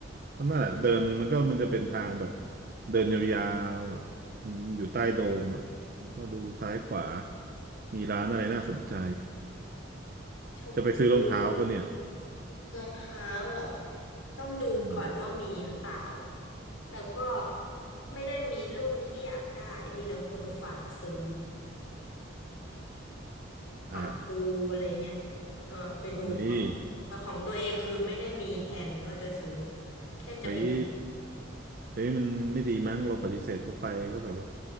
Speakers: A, on the right (about 45°); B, on the left (about 85°).
A: ก็นั่นแหละเดินมันก็มันจะเป็นทางแบบเดินยาวๆอ่ะอืมอยู่ใต้โดมอ่ะแล้วก็ดูซ้ายขวามีร้านอะไรน่าสนใจ
B: ชมดู
A: จะไปซื้อรองเท้าปะเนี่ย
B: รองเท้าเหรอต้องดูก่อนว่ามีหรือเปล่า
A: อืม
B: แต่ก็ไม่ได้มีรุ่นที่อยากได้มีแต่คนฝากซื้อฝากดูอะไรเงี้ย
A: อ้าว
B: เออไปดูก่อนแต่ของตัวเองคือไม่ได้มีแผนว่าจะซื้อ
A: เฮ้ย
B: แค่จะไปดู
A: เฮ้ยเฮ้ยมันไม่ดีมั้งเราปฏิเสธเขาไปก็แบบว่า